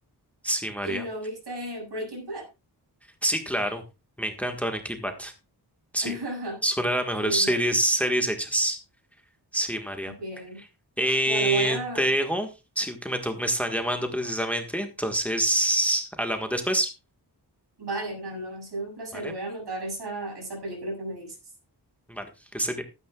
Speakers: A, in the centre; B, on the right (about 75°).
A: Sí, María.
B: ¿Y no viste Breaking Bad?
A: Sí, claro, me encanta Breaking Bad. Sí,
B: <laughs>
A: es una de las mejores
B: Muy
A: series,
B: bien,
A: series hechas. Sí, María.
B: bien.
A: Eh,
B: Bueno, voy a...
A: te dejo, sí, que me, to- me están llamando precisamente, entonces hablamos después,
B: Vale, Brandon, ha sido un placer.
A: ¿vale?
B: Voy a anotar esa, esa película que me dices.
A: Vale, que estés bien.